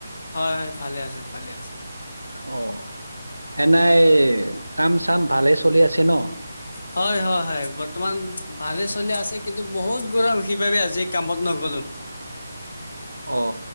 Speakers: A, on the left; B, on the right.
A: হয় হয় ভালে আছো ভালে আছো।
B: অ এনেই কাম-চাম ভালে চলি আছে ন?
A: হয় হয় হয় বৰ্তমান ভালে চলি আছে, কিন্তু বহুত গৌৰৱ সেইবাবে আজি কামত নগল নগলো।
B: অ